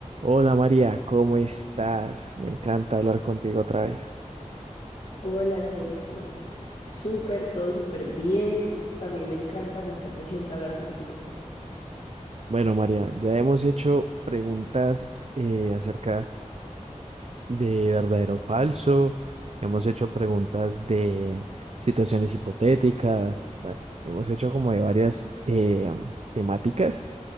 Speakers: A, on the right; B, on the left.
A: Hola María, ¿cómo estás? Me encanta hablar contigo otra vez.
B: Hola Sergio, súper, todo súper bien. También me encanta, me encanta siempre hablar contigo.
A: Bueno, María, ya hemos hecho preguntas eh, acerca de verdadero o falso, hemos hecho preguntas de situaciones hipotéticas, bueno, hemos hecho como de varias eh, temáticas